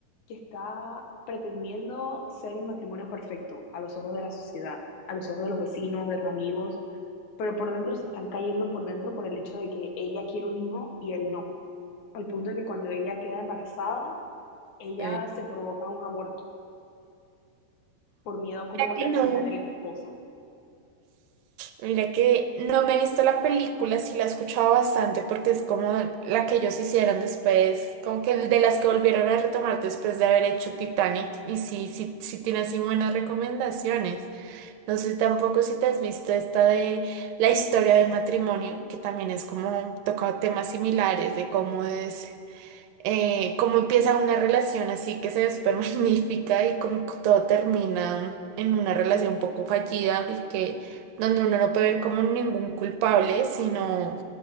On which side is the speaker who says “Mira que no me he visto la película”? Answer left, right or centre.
Right